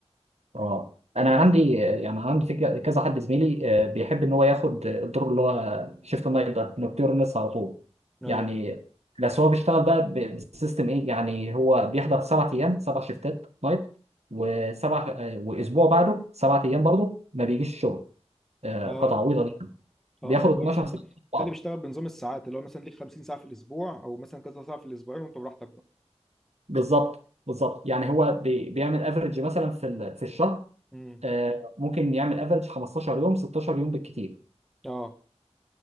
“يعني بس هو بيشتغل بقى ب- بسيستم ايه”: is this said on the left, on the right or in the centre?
Right